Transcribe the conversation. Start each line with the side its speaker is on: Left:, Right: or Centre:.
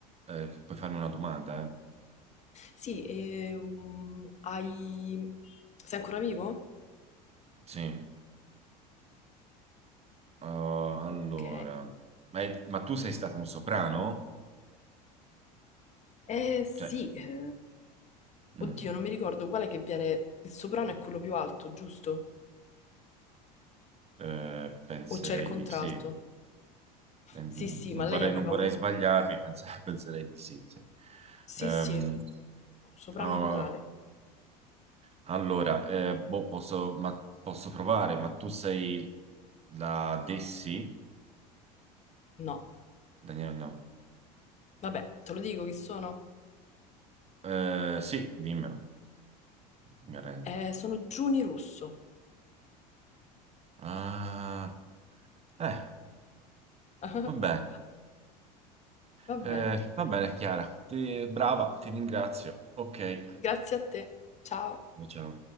Right: eh, puoi farmi una domanda, eh?
Left: Sì, ehm, hai... Sei ancora vivo?
Right: Sì. Oh, allora,
Left: Ok.
Right: ma, è- ma tu sei stato un soprano?
Left: Eh sì,
Right: Cioè,
Left: eh,
Right: mm,
Left: oddio, non mi ricordo quale che viene, il soprano è quello più alto, giusto?
Right: eh, penserei
Left: O c'è il contralto?
Right: di sì. Eh, Non
Left: Sì, sì, ma lei
Right: vorrei,
Left: aveva
Right: non vorrei
Left: un...
Right: sbagliarmi, pens- <laughs> penserei di sì, sì.
Left: Sì,
Right: Ehm,
Left: sì, soprano
Right: oh,
Left: totale.
Right: allora, eh, boh, posso, ma, posso provare, ma tu sei la Dessi?
Left: No,
Right: Daniela, no.
Left: vabbè, te lo dico chi sono?
Right: Eh, sì, dimmelo, mi arrendo.
Left: Eh, sono Giuni Russo.
Right: Ah, eh,
Left: <laughs>
Right: va bene.
Left: Va bene,
Right: Eh, va bene, Chiara. Ti- brava, ti ringrazio. Ok.
Left: grazie a te. Ciao.
Right: Ciao.